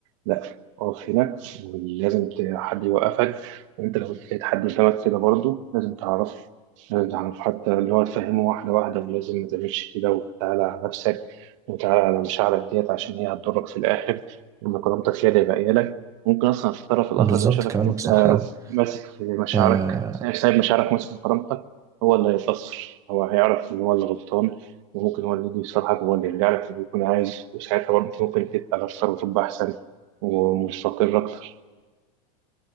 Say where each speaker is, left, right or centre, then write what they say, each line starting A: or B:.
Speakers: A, on the right; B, on the right.
A: لا اقف هنا ولازم ت- حد يوقفك وانت لو لقيت حد قدامك كده برضه لازم تعرفه يعني حتى اللي هو تفهمه واحدة واحدة ولازم ما تعملش كده وتعالى على نفسك وتعالى على مشاعرك ديت عشان هي هتضرك في الآخر وإن كرامتك هي اللي هيبقى لك ممكن أصلا في الطرف الآخر
B: بالظبط
A: لو شافك
B: كلامك
A: إن أنت
B: صح أوي
A: ماسك في مشاعرك
B: آه،
A: سايب سايب مشاعرك ماسك في كرامتك هو اللي هيتأثر هو هيعرف إن هو اللي غلطان وممكن هو اللي يجي يصلحك وهو اللي يرجع لك اللي يكون عايز وساعتها برضه أنت ممكن تبقى أكثر وتبقى أحسن ومستقر أكتر